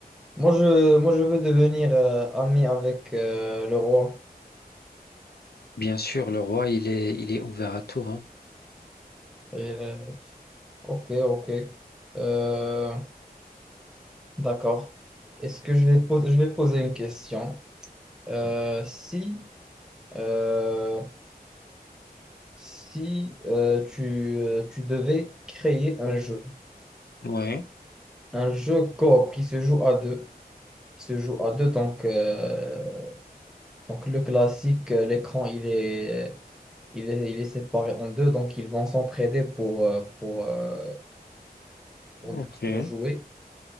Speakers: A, in the centre; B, on the left (about 75°).
A: Moi, je, moi, je veux devenir euh, ami avec euh, le roi.
B: bien sûr le roi, il est il est ouvert à tout, hein.
A: Et, euh, ok, ok. Euh, d'accord. Est-ce que je vais, po- je vais poser une question? Euh, si, euh, si euh, tu, euh, tu devais créer un jeu,
B: Ouais,
A: un jeu coop qui se joue à deux, qui se joue à deux, donc, euh, donc le classique, euh, l'écran, il est, il est, il est séparé en deux, donc ils vont s'entraider pour, euh, pour, euh, pour,
B: ok.
A: pour jouer.